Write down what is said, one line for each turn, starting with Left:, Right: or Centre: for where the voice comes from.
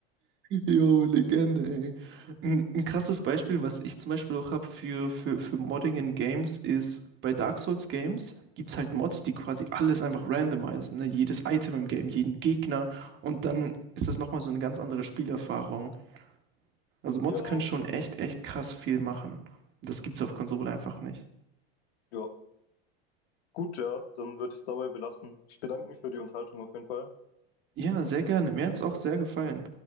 Right: Jo, Legende, ey. Ein, ein krasses Beispiel, was ich zum Beispiel auch habe für, für, für Modding in Games, ist bei Dark Souls Games gibt es halt Mods, die quasi alles einfach randomisieren, ne? Jedes Item im Game, jeden Gegner und dann ist das nochmal so eine ganz andere Spielerfahrung. Also Mods
Left: Ja, auf
Right: können schon
Left: jeden
Right: echt,
Left: Fall.
Right: echt krass viel machen. Das gibt's auf Konsole einfach nicht.
Left: Ja, gut, ja, dann würde ich es dabei belassen. Ich bedanke mich für die Unterhaltung auf jeden Fall.
Right: Ja, sehr gerne. Mir hat's auch sehr gefallen.